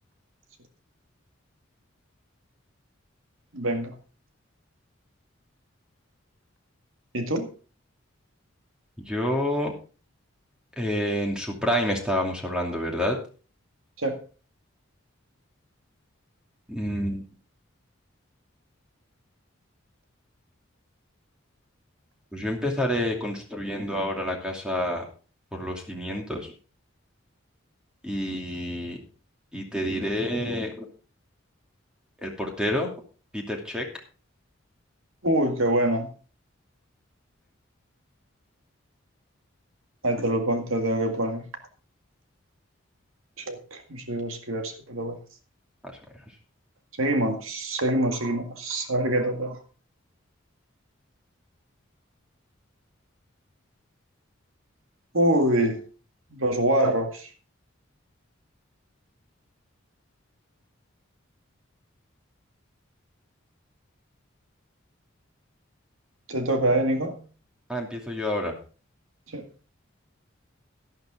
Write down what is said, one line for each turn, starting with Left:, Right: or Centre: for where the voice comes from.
Right: Sí. Venga. ¿Y tú?
Centre: yo eh, en su prime estábamos hablando, ¿verdad?
Right: Check.
Centre: Mm, pues yo empezaré construyendo ahora la casa por los cimientos y, y te diré el portero, Peter Check,
Right: Uy, qué buena. Ahí te lo pon- te lo tengo que poner. Check. No sé si lo así, pero bueno.
Centre: más o menos.
Right: Seguimos, seguimos, seguimos. A ver qué toca. Uy, los guarros. Te toca, ¿eh, Nico?
Centre: Ah, empiezo yo ahora.
Right: Sí.